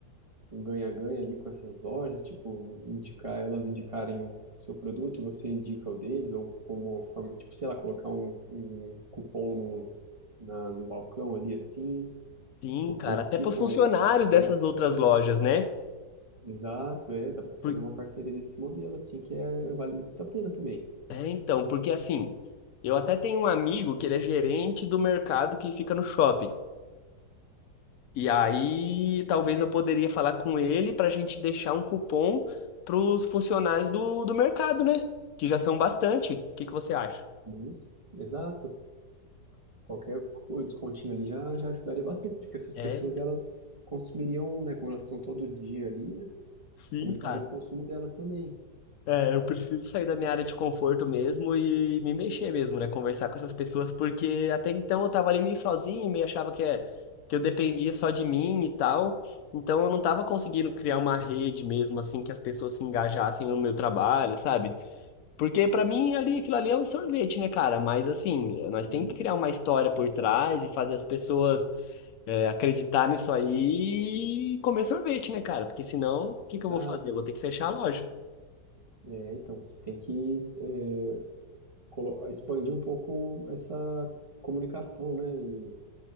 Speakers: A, on the right (about 40°); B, on the left (about 70°).
A: um ganha-ganha ali com essas lojas, tipo, indicar elas indicarem o seu produto e você indica o deles, ou como uma forma, tipo, sei lá, colocar um, um cupom no, na, no balcão ali, assim,
B: Sim,
A: uma
B: cara.
A: coisa do
B: Até
A: tipo,
B: pros funcionários
A: ou uma
B: dessas
A: promoção.
B: outras lojas, né?
A: Exato, é, dá para fazer
B: Por-
A: uma parceria desse modelo, assim, que é, vale muito a pena também.
B: É, então, porque assim, eu até tenho um amigo que ele é gerente do mercado que fica no shopping. E aí, talvez eu poderia falar com ele pra gente deixar um cupom pros funcionários do, do mercado, né? Que já são bastante. O que que você acha?
A: Isso, exato. Qualquer co- descontinho ali já, já ajudaria bastante, porque essas
B: É,
A: pessoas elas consumiriam, né, como elas estão todo dia ali, né,
B: sim,
A: aumentaria
B: cara.
A: o consumo delas também.
B: É, eu preciso sair da minha área de conforto mesmo e me mexer mesmo, né? Conversar com essas pessoas, porque até então eu tava ali meio sozinho, meio achava que, é, que eu dependia só de mim e tal. Então eu não tava conseguindo criar uma rede mesmo, assim, que as pessoas se engajassem no meu trabalho, sabe? Porque pra mim ali, aquilo ali é um sorvete, né, cara? Mas assim, nós temos que
A: Isso,
B: criar uma história por trás e fazer as pessoas é, acreditar nisso aí e comer sorvete, né, cara? Porque senão, o que
A: exato.
B: que eu vou fazer? Eu vou ter que fechar a loja.
A: É, então você tem que é, colo- expandir um pouco essa comunicação, né, e,